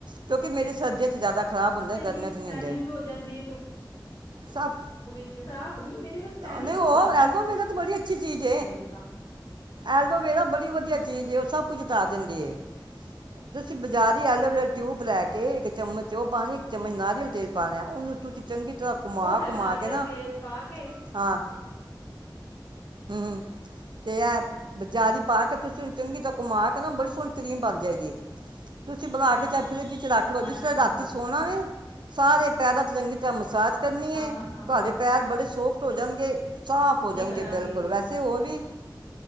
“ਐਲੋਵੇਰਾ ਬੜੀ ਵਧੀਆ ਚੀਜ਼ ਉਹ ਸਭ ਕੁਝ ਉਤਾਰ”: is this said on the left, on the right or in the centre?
Right